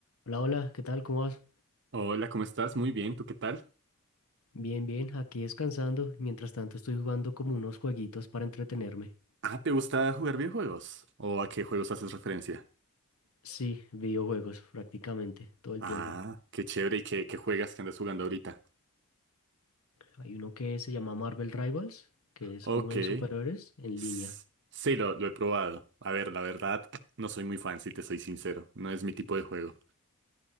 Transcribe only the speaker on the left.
Hola, hola, ¿qué tal? ¿Cómo vas?
Bien, bien, aquí descansando. Mientras tanto estoy jugando como unos jueguitos para entretenerme.
Sí, videojuegos prácticamente todo el
tiempo.
Hay uno que se llama Marvel Rivals, que es
como de superhéroes en
línea.